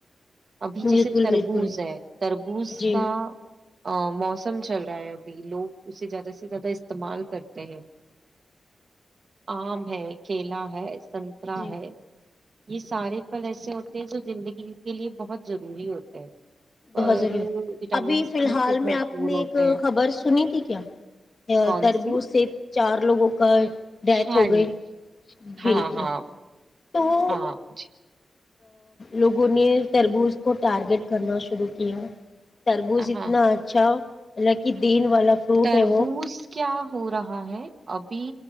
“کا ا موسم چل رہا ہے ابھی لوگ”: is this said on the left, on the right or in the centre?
Right